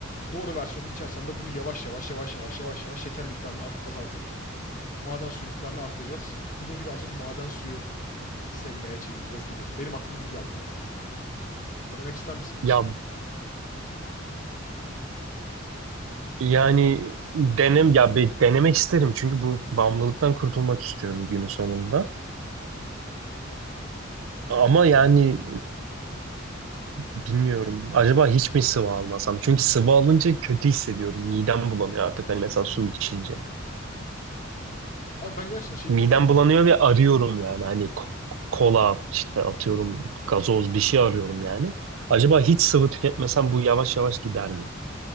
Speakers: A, on the left; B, on the right.
A: Doğru versiyonunu içersen de bunu yavaş yavaş yavaş yavaş yavaş yavaş şeker miktarını art- azaltıp maden suyu miktarını arttıracağız. Bunu birazcık maden suyu sevmeye çevireceğiz gibi. Benim aklıma bu geldi mesela. Denemek ister misin
B: Ya
A: bunu?
B: yani denem ya be- denemek isterim çünkü bu bağımlılıktan kurtulmak istiyorum günün sonunda. Ama yani bilmiyorum. Acaba hiç mi sıvı almasam? Çünkü sıvı alınca kötü hissediyorum. Midem bulanıyor artık. Hani mesela su içince.
A: Abi ben gerçekten şey
B: Midem
A: ilk defa duydum
B: bulanıyor
A: baba ya.
B: ve arıyorum yani. Hani ko- kola işte atıyorum gazoz bir şey arıyorum yani. Acaba hiç sıvı tüketmesem bu yavaş yavaş gider mi?